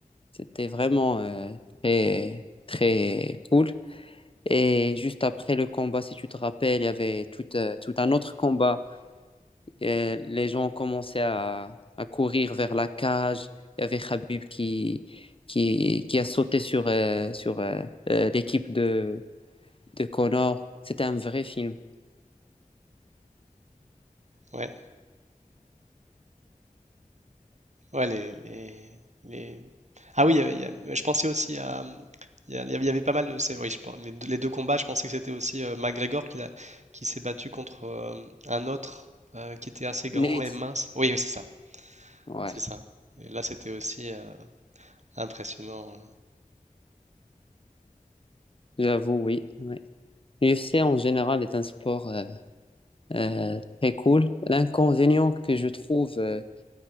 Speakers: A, on the left; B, on the right.
A: C'était vraiment euh, très, très cool. Et juste après le combat, si tu te rappelles, il y avait tout, euh, tout un autre combat. Et les gens commençaient à, à courir vers la cage. Il y avait Khabib qui, qui, qui a sauté sur, euh, sur euh, euh, l'équipe de, de Connor. C'était un vrai film.
B: Ouais. Ouais, les, les- les- Ah oui, il y avait- il y a- je pensais aussi à... Il y, a- il y avait il y avait pas mal de... c'est- Oui, je pense, les, deux les deux combats, je pensais que c'était aussi euh, McGregor qui, l'a- qui s'est battu contre euh, un autre euh, qui était assez grand
A: Nate,
B: et mince. Oui, oui, c'est ça.
A: ouais,
B: C'est ça. Et là, c'était aussi euh, impressionnant.
A: j'avoue, oui. ouais. L'UFC en général est un sport euh, euh, très cool. L'inconvénient que je trouve euh,